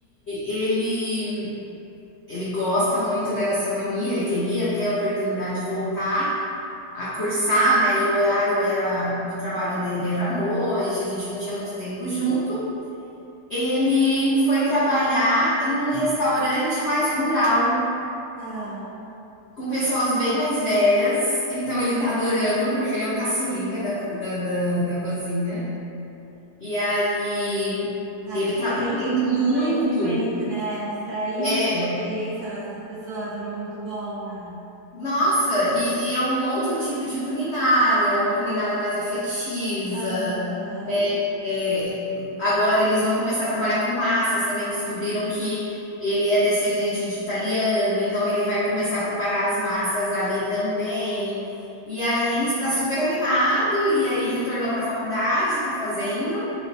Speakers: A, on the left; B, on the right.
A: ele, ele gosta muito da gastronomia, ele queria ter a oportunidade de voltar. a cursar, né? E o horário era do trabalho dele era à noite, a gente não tinha muito tempo junto. Ele foi trabalhar em um restaurante mais rural,
B: Ah,
A: com pessoas bem mais velhas. Então ele tá adorando, porque ele é o caçulinha da, da, da, da cozinha. E aí
B: adquirindo
A: ele tá aprendendo
B: muito
A: muito.
B: conhecimento, né? Extraindo
A: É,
B: a experiência dessas pessoas é muito bom, né?
A: nossa, e, e é um outro tipo de culinária, é uma culinária mais afetiva,
B: Aham.
A: É, agora eles vão começar a trabalhar com massas também, que descobriram que ele é descendente de italiano, então ele vai começar a preparar as massas ali também. E aí ele está super animado, e aí retornou para a faculdade, está fazendo.